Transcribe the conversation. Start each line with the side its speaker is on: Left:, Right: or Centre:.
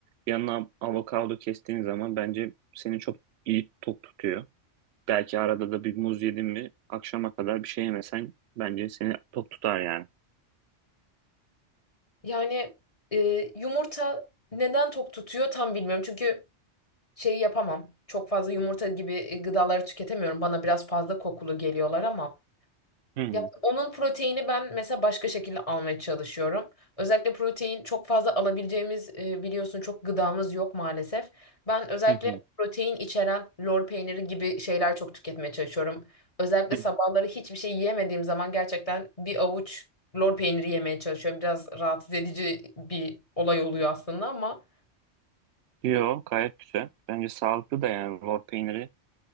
Right: Yanına avokado kestiğin zaman bence seni çok iyi tok tutuyor. Belki arada da bir muz yedin mi akşama kadar bir şey yemesen bence seni tok tutar yani.
Left: Yani e, yumurta neden tok tutuyor tam bilmiyorum. Çünkü şeyi yapamam. Çok fazla yumurta gibi e, gıdaları tüketemiyorum. Bana biraz fazla kokulu geliyorlar ama
Right: Hı hı,
Left: Ya onun proteini ben mesela başka şekilde almaya çalışıyorum. Özellikle protein çok fazla alabileceğimiz e, biliyorsun çok gıdamız yok maalesef. Ben özellikle
Right: hı
Left: protein içeren lor peyniri gibi şeyler çok tüketmeye çalışıyorum. Özellikle
Right: hı.
Left: sabahları hiçbir şey yiyemediğim zaman gerçekten bir avuç lor peyniri yemeye çalışıyorum. Biraz rahatsız edici bir olay oluyor aslında ama
Right: Yo, gayet güzel. Bence sağlıklı da yani lor peyniri